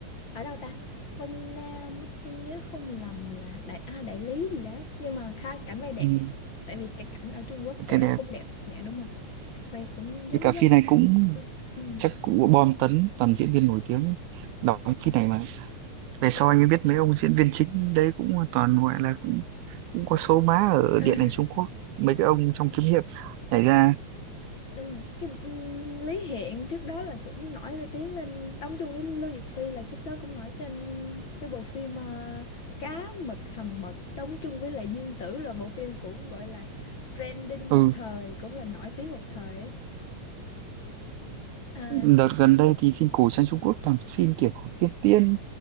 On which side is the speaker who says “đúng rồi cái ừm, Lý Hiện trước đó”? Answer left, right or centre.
Left